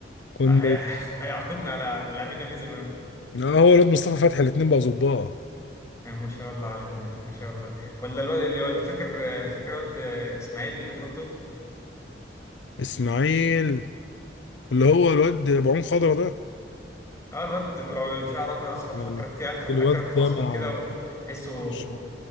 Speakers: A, on the left; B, on the left.
A: كنا
B: آه. هي... هيعاقبنا على اللي عملنا فيه زمان
A: اه هو الواد مصطفى فتحي الاتنين بقى ظباط
B: آه ما شاء الله عليهم يا اخي ما شاء الله ولا الواد اللي هو اللي فاكر فاكر الواد اسماعيل اللي دخل طب
A: اسماعيل اللي هو الواد ابو عون خضرا ده
B: اه الواد اللي هو شعره اكرت اصفر
A: لما-
B: فكرت كده اكرت
A: الواد
B: اكرت واصفر
A: ده مع
B: كده وتحسه
A: مش-